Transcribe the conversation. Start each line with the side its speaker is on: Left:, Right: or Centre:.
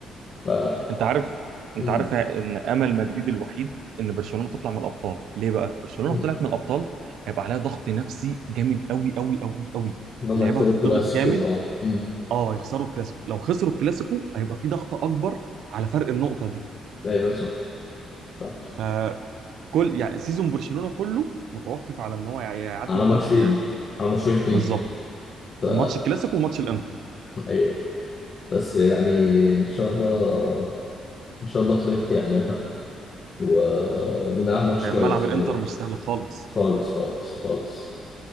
Left: ف
Right: انت عارف انت
Left: امم
Right: عارف ان امل مدريد الوحيد ان برشلونه تطلع من الابطال ليه بقى برشلونه
Left: امم
Right: لو طلعت من الابطال هيبقى عليها ضغط نفسي جامد قوي قوي قوي قوي
Left: ان هم
Right: اللعيبه
Left: يدخلوا
Right: هتضغط
Left: الكلاسيكو
Right: جامد
Left: اه امم
Right: اه يخسروا الكلاسيكو لو خسروا الكلاسيكو هيبقى في ضغط اكبر على فرق النقطه دي
Left: ايوه صح صح
Right: فكل يعني سيزون برشلونه كله متوقف على ان هو يع- يعدي
Left: على
Right: من
Left: ماتشين
Right: الانتر يع-
Left: على ماتشين اتنين
Right: بالظبط
Left: ف...
Right: ماتش الكلاسيكو وماتش الانتر
Left: ايوه بس يعني ان شاء الله ان شاء الله فليك يعملها و... ونلعب ماتش
Right: يعني
Left: كويس
Right: ملعب الانتر
Left: يعني
Right: مش سهل خالص
Left: خالص خالص خالص